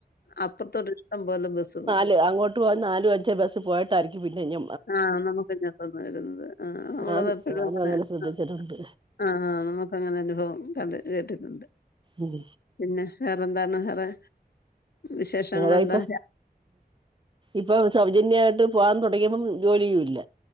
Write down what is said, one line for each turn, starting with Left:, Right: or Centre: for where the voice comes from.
Left: അപ്പറത്തോട് ഇഷ്ടം പോലെ ബസ്ണ്ട്
Right: ല്അങ്ങോട്ട് പോകാൻ നാല് അഞ്ചു ബസ് പോയിട്ടായിരിക്കും പിന്നെ ഇങ്ങ
Left: ആ നമുക്ക് ഇങ്ങട്ടൊന്ന് വര്ന്നത് ആ നമ്മളതപ്പഴും
Right: ആന്ന് ഞാനും
Left: അങ്ങനെ
Right: ശ്രദ്ധിച്ചിട്ടുണ്ട്
Left: ആ ആ ആ നമുക്ക് അങ്ങനെ അനുഭവം കണ്ട് കേട്ടിട്ടുണ്ട്.
Right: ഉം
Left: പിന്നെ വേറെന്താണ് വേറെ വിശേഷങ്ങളെന്താ?
Right: വേറെ ഇപ്പ ഇപ്പൊ സൗജന്യായിട്ട് പോവാൻ തുടങ്ങിയപ്പം ജോലിയൂല്ല